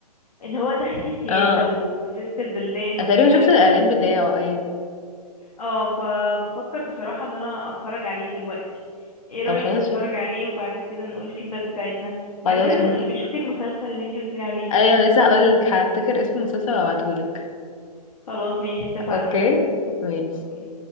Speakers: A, on the left; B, on the left.
A: اللي هو داخل فيه السياسة
B: اه اه
A: وسياسة البلدان
B: أنا
A: وكده
B: تقريبا شفت الاعلان بتاعه ايوه
A: اه فبفكر بصراحة ان انا اتفرج عليه دلوقتي ايه رأيك
B: طب خلاص
A: نتفرج عليه وبعد كده نقول الفيدباك بتاعتنا بعد
B: خلاص
A: كده
B: ممكن
A: بشوفي المسلسل اللي انتي قلتيلي عليه
B: ايوه لسه هقولك هفتكر اسم المسلسل وابعتهولك
A: خلاص ماشي اتفقنا
B: اوكي ماشي
A: اوكي